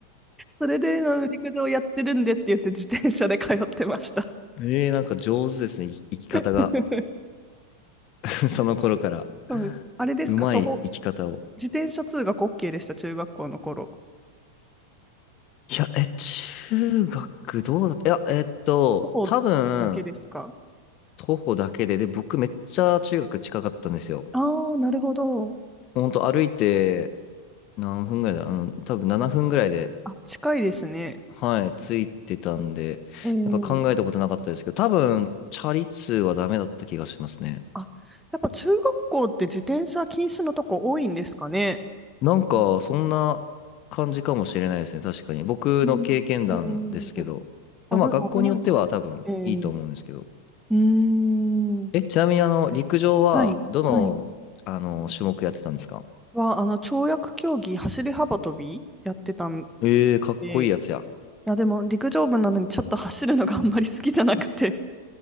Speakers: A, in the centre; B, on the left.
A: それで、あの陸上やってるんでって言って、自転車で通ってました。
B: えー、なんか上手ですね、い生き方が。
A: <laughs>
B: <laughs> その頃から。
A: そうです。あれですか、
B: うまい生き方を。
A: 徒歩、自転車通学 OK でした、中学校の頃。
B: いや、え、中学どうだったいや、えっと、
A: 徒歩だけですか
B: 多分、徒歩だけで、で、僕めっちゃ中学近かったんですよ。
A: ああー、なるほど。
B: ほんと歩いて何分ぐらいだ、あの、多分7分ぐらいで
A: あ、近いですね。
B: はい、ついてたんで、
A: えー、
B: なんか考えたことなかったですけど、多分、チャリ通はダメだった気がしますね。
A: あ、やっぱ中学校って自転車禁止のとこ多いんですかね。
B: なんか、そんな感じかもしれないですね、確かに。僕の経験談ですけど。
A: うん、うん危、
B: でもまあ、学校によっては多分いいと思うんですけど。
A: 危ないからか。ええうーん。
B: え、ちなみにあの、陸上は、
A: はい、
B: どの、
A: はい。
B: あの、種目やってたんですか
A: は、あの、跳躍競技、走り幅跳びやってたん
B: えー、かっこいいやつや。
A: で、いや、でも陸上部なのにちょっと走るのがあんまり好きじゃなくて。